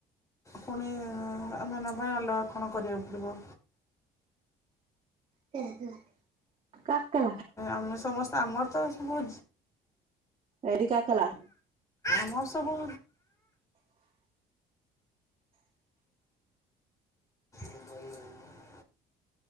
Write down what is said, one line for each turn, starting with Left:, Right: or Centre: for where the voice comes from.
Left: ପୁଣି ଆମେ ନେବା ଅଲଗା କଣ କରିବାକୁ ପଡ଼ିବ।
Right: <inaudible> କା କା
Left: ଆମେ ସମସ୍ତେ ଆମର ତ ସବୁ
Right: ହେରି କାକଲା।
Left: ମୋର ସବୁ <unintelligible>